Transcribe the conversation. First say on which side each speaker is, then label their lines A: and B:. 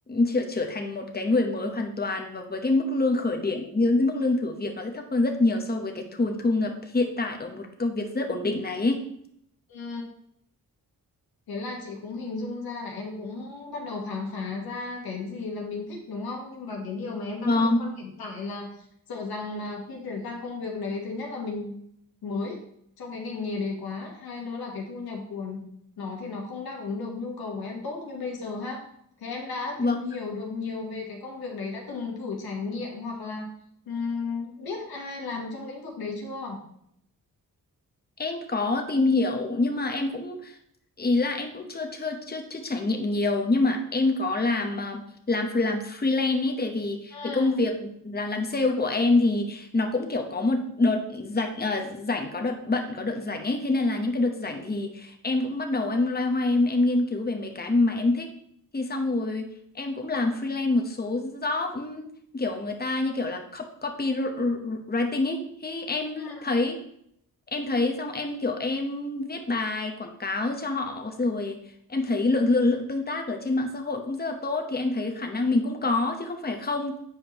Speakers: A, on the left; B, on the left.
A: trở, trở thành một cái người mới hoàn toàn và với cái mức lương khởi điểm như mức lương thử việc nó sẽ thấp hơn rất nhiều so với cái thu thu nhập hiện tại ở một công việc rất ổn định này ấy.
B: Ừ. Thế là chị cũng hình dung ra là em cũng bắt đầu khám phá ra cái gì là mình thích đúng không? Nhưng mà cái điều mà em đang
A: Vâng,
B: băn khoăn hiện tại là sợ rằng mà khi chuyển sang công việc đấy, thứ nhất là mình mới trong cái ngành nghề đấy quá, hai nữa là cái thu nhập của nó thì nó không đáp ứng được nhu cầu của em tốt như bây giờ ha. Thế em đã
A: vâng.
B: tìm hiểu được nhiều về cái công việc đấy, đã từng thử trải nghiệm hoặc là ừm, biết ai làm trong lĩnh vực đấy chưa?
A: Em có tìm hiểu nhưng mà em cũng Ý là em cũng chưa chưa chưa chưa trải nghiệm nhiều nhưng mà em có làm à, làm làm freelance ấy tại vì cái
B: Ừ,
A: công việc là làm sale của em thì nó cũng kiểu có một đợt rảnh à, rảnh có đợt bận có đợt rảnh ấy thế nên là những cái đợt rảnh thì em cũng bắt đầu em loay hoay em em nghiên cứu về mấy cái mà em thích thì xong rồi em cũng làm freelance một số job ừm, kiểu người ta như kiểu là cop- copywriting ấy thì em
B: ừ,
A: thấy em thấy xong em kiểu em viết bài quảng cáo cho họ rồi em thấy lượng lượng lượng tương tác ở trên mạng xã hội cũng rất là tốt thì em thấy khả năng mình cũng có chứ không phải không